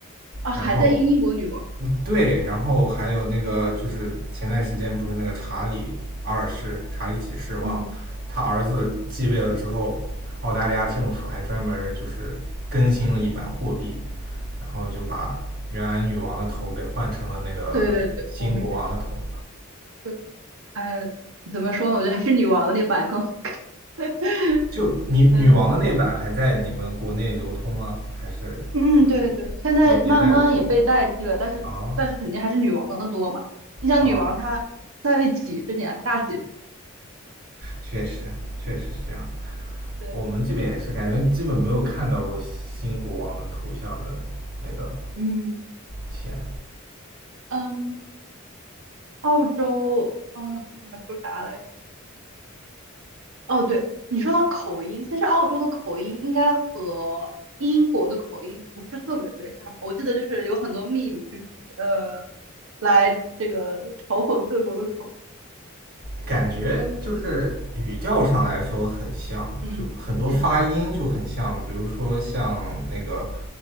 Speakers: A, on the right; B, on the right.
A: 啊，还在英英国女王，
B: 然后嗯，对，然后还有那个就是前段时间不是那个查理二世、查理几世忘了，
A: 嗯
B: 他儿子继位了之后，
A: 嗯，
B: 澳大利亚政府还专门儿就是更新了一版货币，然后就把原来女王的头给换成了那个新国王的头。
A: 对对对，我们也是。对，呃，怎么说呢？我觉得还是女王的那版更好。<laughs>
B: 就女女王的那版还在你们国内流通吗？
A: 嗯
B: 还是就是
A: 嗯，对对，现在慢慢也被代替了，
B: 也也在流通？
A: 但是但是肯定还是女王的多嘛。
B: 哦
A: 你想，
B: 啊。哦
A: 女王她在位几十年，大几十。
B: 确实，确实是这样。
A: 对，
B: 我们这边也是，感觉基本没有看到过新国王的头像的那个
A: 嗯
B: 天，
A: 嗯，澳洲，啊、我想说啥来着？哦，对，你说到口音，其实澳洲的口音应该和英国的口音不是特别特别像。我记得就是有很多秘 e 就是呃，来这个嘲讽各国的口音
B: 感觉就是语调上来说很像，
A: 嗯，
B: 就很多发音就很像，
A: 很像。
B: 比如说像那个